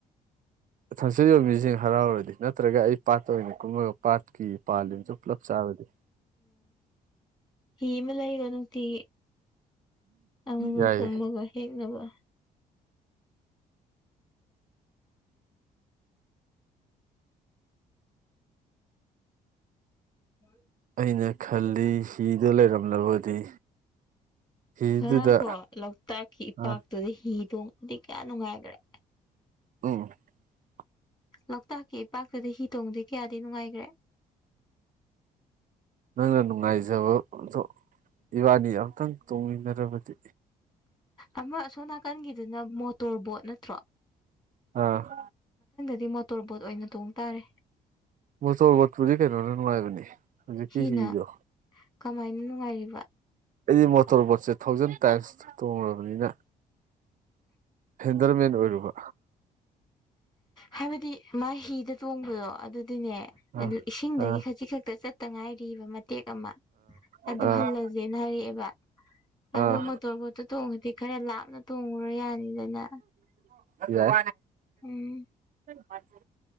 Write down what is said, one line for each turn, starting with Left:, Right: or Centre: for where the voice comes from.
Right: ꯊꯝꯁꯤ ꯌ ꯃꯤꯁꯤꯡ ꯍꯔꯥꯎꯔꯗꯤ ꯅꯠꯇ꯭ꯔꯒ ꯑꯩ ꯄꯥꯠꯇꯣꯏꯅꯤ ꯀꯨꯝꯃꯒ ꯄꯥꯠꯀꯤ ꯄꯥꯂꯤꯁꯨ ꯄꯨꯂꯞ ꯆꯥꯕꯗꯤ
Left: ꯏꯃꯦꯂ ꯑꯩ ꯅꯇꯤ ꯑ ꯃ
Right: ꯌꯥꯏꯌꯦ
Left: ꯀꯨꯝꯃꯒ ꯍꯦꯛ ꯅꯕ ꯎꯝ
Right: ꯑꯩꯅ ꯈꯜꯂꯤ ꯍꯤꯗ ꯂꯩꯔꯝꯂꯕꯗꯤ ꯍꯤꯗꯨꯗ
Left: ꯉꯔꯥꯡ ꯀꯣ ꯂꯣꯛꯇꯥꯛꯀꯤ ꯏꯄꯥꯛꯇꯨꯗꯤ
Right: ꯑꯥ
Left: ꯍꯤ ꯇꯣꯡꯗꯤ ꯀꯌꯥ ꯅꯨꯡꯉꯥꯏꯈ꯭ꯔꯦ
Right: ꯑ
Left: ꯂꯣꯛꯇꯥꯛꯀꯤ ꯏꯄꯥꯛꯇꯨꯗ ꯍꯤ ꯇꯣꯡꯗꯤꯦ ꯀꯌꯥꯗꯤ ꯅꯨꯡꯉꯥꯏꯈ꯭ꯔꯦ
Right: ꯅꯪꯅ ꯅꯨꯡꯉꯥꯏꯖꯕꯗꯣ ꯏꯕꯥꯅꯤ ꯑꯃꯨꯇꯪ ꯇꯣꯡꯃꯤꯟꯅꯔꯕꯗꯤ
Left: ꯑꯃ ꯑꯁꯣꯝ ꯅꯥꯀꯟꯒꯤꯗꯨꯅ ꯃꯣꯇꯣꯔ ꯕꯣꯠ ꯅꯠꯇ꯭ꯔꯣ
Right: ꯑꯥ
Left: ꯗꯤ ꯃꯣꯇꯣꯔ ꯕꯣꯠ ꯑꯣꯏꯅ ꯇꯣꯡ ꯇꯥꯔꯦ
Right: ꯃꯆꯧꯕꯣꯠꯄꯨꯗꯤ ꯀꯩꯅꯣꯗ ꯅꯨꯡꯉꯥꯏꯕꯅꯦ ꯍꯧꯖꯤꯛꯀꯤ
Left: ꯍꯤꯅ
Right: ꯁꯤꯗꯣ
Left: ꯀꯃꯥꯏꯅ ꯅꯨꯡꯉꯥꯏꯔꯤꯕ
Right: ꯑꯩꯗꯤ ꯃꯣꯇꯣꯔ ꯕꯣꯠꯁꯦ ꯊꯥꯎꯖꯟ ꯇꯥꯏꯝꯁ ꯇꯣꯡꯉꯕꯅꯤꯅ ꯍꯦꯟꯗꯔꯃꯦꯟ ꯑꯣꯏꯔꯨꯕ
Left: ꯍꯥꯏꯕꯗꯤ ꯃꯥ ꯍꯤꯗ ꯇꯣꯡꯕꯗꯣ ꯑꯗꯨꯗꯤꯅꯦ
Right: ꯑꯥ
Left: ꯏꯁꯤꯡꯗꯒꯤ
Right: ꯑꯥ
Left: ꯈꯖꯤꯛ ꯈꯛꯇ ꯆꯠꯇ ꯉꯥꯏꯔꯤ ꯕ ꯃꯇꯦꯛ ꯑꯃ ꯑꯗꯨ
Right: ꯑꯥ
Left: ꯍꯜꯂꯁꯦꯅ ꯍꯥꯏꯔꯛꯑꯦꯕ ꯑꯗꯣ
Right: ꯑꯥ
Left: ꯃꯣꯇꯣꯔ ꯕꯣꯠꯇꯣ ꯇꯣꯡꯉꯗꯤ ꯈꯔ ꯂꯥꯞꯅ ꯇꯣꯡꯉꯨꯔꯣ ꯌꯥꯅꯤꯗꯅ
Right: ꯌꯥ
Left: ꯎꯝ
Right: ꯃꯖ